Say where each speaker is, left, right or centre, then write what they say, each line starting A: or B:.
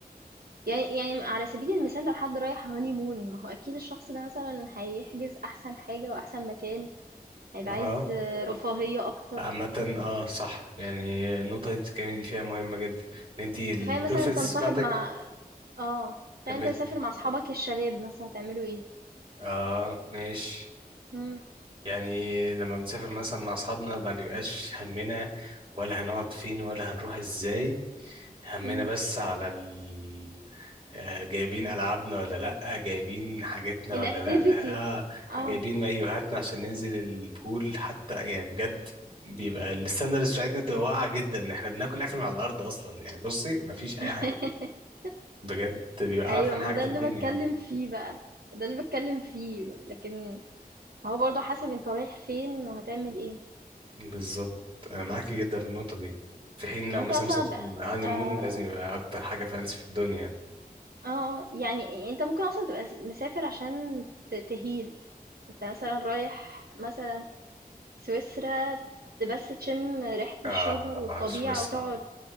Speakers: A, on the right; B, on the right.
A: يعني يعني على سبيل المثال لو حد رايح هاني مون ما هو أكيد الشخص ده مثلا هيحجز أحسن حاجة وأحسن مكان هيبقى
B: اه
A: عايز آه، رفاهية أكتر
B: عامة اه صح يعني النقطة اللي انت بتتكلمي دي فيها مهمة جدا ان انت البريفرنسز
A: تخيل مثلا أنت ممكن مصاحب
B: بتاعتك
A: مع آه تخيل
B: كملي
A: أنت مسافر مع أصحابك الشباب مثلا هتعملوا إيه
B: اه ماشي
A: مم.
B: يعني لما بنسافر مثلا مع اصحابنا ما بيبقاش همنا ولا هنقعد فين ولا هنروح ازاي همنا
A: مم.
B: بس على ال... آه، جايبين ألعابنا ولا لأ جايبين حاجتنا
A: الactivity
B: ولا لأ آه،
A: آه.
B: جايبين مايوهاتنا عشان ننزل البول حتى يعني بجد بيبقى الستاندرز بتاعتنا بتبقى واقعة جدا إن احنا بناكل أكل من على الأرض أصلا يعني بصي مفيش أي
A: <laughs>
B: حاجة بجد بيبقى أعفن
A: أيوه، ما
B: حاجة
A: هو ده
B: في
A: اللي
B: الدنيا
A: باتكلّم
B: يعني.
A: فيه بقى، ده اللي باتكلّم فيه، لكن هو برضه حسب أنت رايح فين وهتعمل إيه.
B: بالظبط أنا معاكي جدا في النقطة دي في حين لو
A: أنا
B: مثلا
A: ممكن أصلًا
B: مسافر
A: أبقى
B: هاني
A: آه،
B: مون لازم يبقى أكتر حاجة فانسي في الدنيا
A: آه، يعني أنت ممكن أصلًا تبقى س مسافر عشان ت تheal أنت مثلًا رايح مثلًا سويسرا ت بس تشم ريحة
B: آه
A: الشجر والطبيعة
B: سويسرا
A: وتقعد